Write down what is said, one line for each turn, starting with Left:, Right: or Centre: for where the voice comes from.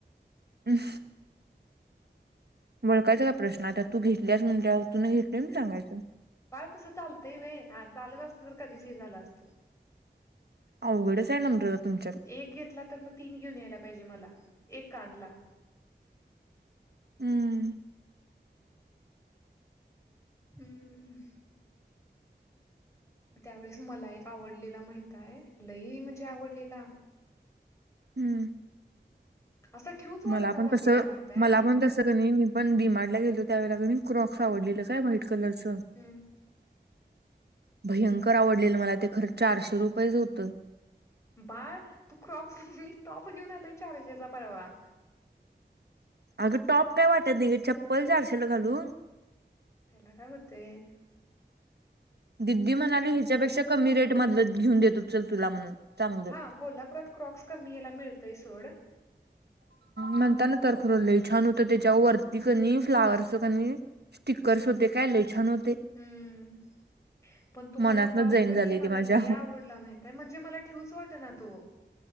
Right: हम्. वळखायचा काय प्रश्नय त्यात, तू घेतलीस म्हणल्याव तुून घेतलयस मनुन सांगायचं.
Left: तस चालतंय वय हा चालत असतं तर कधीच हे झालं असत.
Right: अवघडच आहे नम्रता तुमच्यात
Left: एक घेतला तर मग तीन घेऊन यायला पाहिजे मला. एक कांडला.
Right: हम्म.
Left: हम्म. त्यावेेळेस मला एक आवडलेला माहित आहे लई म्हणजे आवडलेला
Right: हम्म.
Left: असा ठेवूच वाटना
Right: मला पण
Left: झालेला
Right: तस
Left: माहित आहे
Right: मला पण तसं कनी मी पण डीमारडला गेलो त्या वेळे कणी क्रॉक्स आवडली तर काय वाईट कलरचं.
Left: हम्म
Right: भयंकर आवडलेल मला ते खर्च चारशे रुपयेच होतं.
Left: बाळ तू क्रॉप मी टॉप घेऊन आलोय चारशेचा परवा
Right: अगं टॉप काय वाटत नाही चप्पल चारशेला घालून
Left: त्याला काय होतेय.
Right: दिद्दी म्हणाली ह्याच्यापेक्षा कमी रेट मध घेऊन देतो चल तुला म्हणून चांगलं
Left: हा कोल्हापुरात क्रॉक्स कमी याला मिळतय सोड.
Right: म्हणता ना तर खुरोलं छान होतं त्याच्या वरती क फ्लावरच कनी स्टिक करस होते काय लय छान हो.
Left: हम्म. पण तो
Right: मनातन
Left: मला टॉप
Right: जैन
Left: कनी
Right: झाले
Left: मला
Right: ते माझ्या
Left: लया आवडला. माहितय, म्हणजे मला ठेवूच वाटना तो